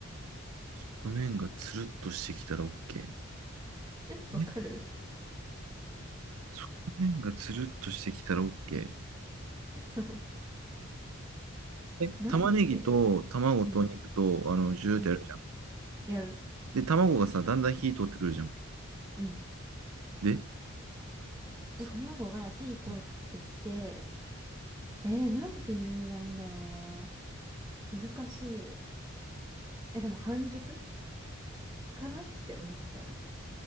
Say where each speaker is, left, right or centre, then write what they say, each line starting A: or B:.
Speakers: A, on the right; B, on the right.
A: 側面がつるっとしてきたら OK。
B: わかる
A: え側面がつるっとしてきたら OK。
B: <laughs> そう。
A: え、玉ねぎと卵と肉と、
B: なんていう。うん。
A: あの、ジューってやるじゃん。
B: うん。やる。
A: で、卵がさ、だんだん火通ってくるじゃん。
B: うん。
A: で、そ
B: で、卵が火通ってきて、
A: う
B: えー、なんて言えばいいんだろうな。難しい。え、でも半熟かなって思ったら。